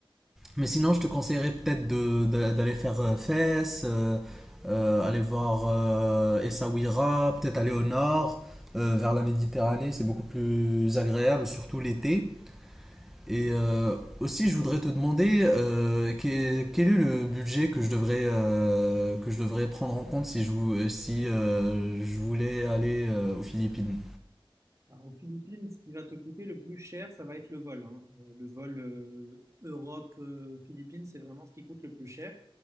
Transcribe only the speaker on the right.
Alors, aux Philippines, ce qui va te coûter le plus cher, ça va être le vol. hein. Euh, Le vol euh, Europe-Philippines, c'est vraiment ce qui coûte le plus cher.